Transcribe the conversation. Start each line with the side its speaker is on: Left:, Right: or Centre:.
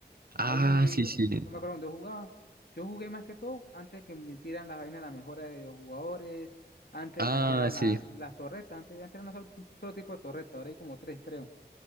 Right: Ah,
Left: Ahí me,
Right: sí, sí.
Left: yo me acuerdo cuando yo jugaba. Yo jugué más que todo antes que metieran las vainas, la mejora de los jugadores, antes
Right: Ah,
Left: que cambiaran
Right: sí.
Left: la- las torretas. Antes, antes era un solo, un solo tipo de torreta, ahora hay como tres, creo.